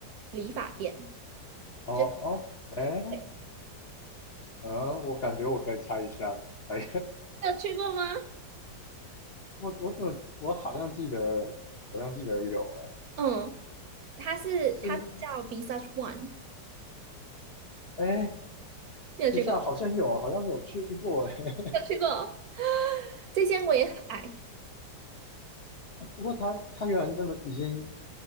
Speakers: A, on the right; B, on the left.
A: 理发店，
B: 哦哦，
A: 就
B: 哎，
A: 对，
B: 嗯，我感觉我可以猜一下，猜
A: 你有去过吗？
B: <laughs> 我我怎么我好像记得，好像记得有，哎，
A: 嗯，它是它是叫
B: 是，
A: Visage One，
B: 哎，
A: 你有去过？
B: 等一下，好像有，好像有去过，哎。
A: 有去过。<laughs> 这间我也很爱，
B: 不过他他原来那么已经，